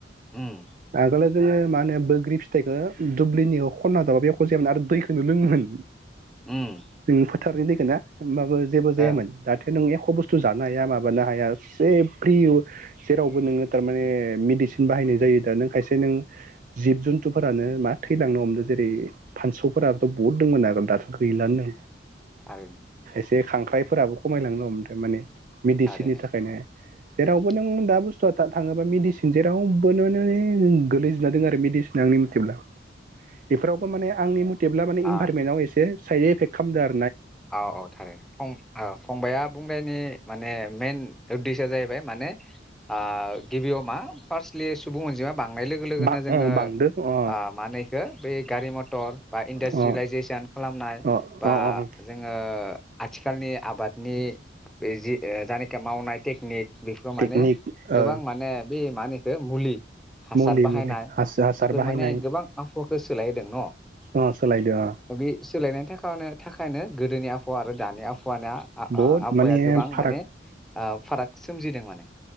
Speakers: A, in the centre; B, on the right.
A: उम
B: आगोलो जोङो मा होनो बोग्रि फिथाइखौ दुब्लिनि अ खनना जाबाबो एख' जायामोन आरो दैखौनो लोङोमोन।
A: उम
B: <unintelligible> <unintelligible> ओमबाबो जेबो जायामोन
A: ओं
B: दाथ' नों एख ख' बुस्थु जानो हाया माबानो हाया ए फ्रि जेरावबो नोङो थारमाने मेडिसिन बाहायनाय जायो दा नों खायसे नों जिब जुन्थुफोरानो मा थैलांनो हमदों जेरै फानसौ फोराथ' बहुद दंमोन आगोल दाथ' गैलानो
A: थारैनो
B: जे खांख्राइफोराबो खमायलांनो हमदो माने मेडिसिननि
A: थारैनो
B: थाखायनो जेरावबो
A: उम
B: नों दा बुस्थुआ थाङोब्ला मेडिसिन जेरावबो नो नै गोलैजोबना दङ आरो मेडिसिना आंनि मथेब्ला। बेफोरावबो माने आंनि मटेब्ला माने
A: आ
B: इनभारमेन्टआव एसे साइड एफेक्ट खामदो आ
A: औ अ थारैनो फं ओ फंबाया बुंनायनि माने मेन उद्देश्यआ जाहैबाय माने आ गिबियाव मा फार्स्ट <unintelligible> सुबुं अनजिमा बांनाय लोगो लोगोनो
B: बा अ
A: जोङो
B: बांदो अ
A: ओ मा होनो इखो बै गारि म टर बा इन्डास्ट्रि
B: अ
A: लाइजेसन खालामनाय
B: अ
A: बा
B: अ
A: <unintelligible> आथिखालनि आबादनि बे जि ओ जानि <unintelligible> टेकनिक बेफोराव
B: टेकनिक
A: माने गोबां
B: ओ
A: माने बे मानो बे मुलि हासार
B: मुलि
A: बाहायनाय
B: मुलि हासार
A: बेफोर
B: बाहायनाय
A: माने गोबां <unintelligible> सो सोलायहोदों न' बे
B: अ सोलायदों अ
A: सोलायनायनि थाखानो <unintelligible> गोदोनि आबहावा आरो दानि आबहावा <unintelligible>
B: बहुद
A: आबहावाया
B: माने
A: गोबां
B: फाराग
A: माने फाराग सोमजिदों माने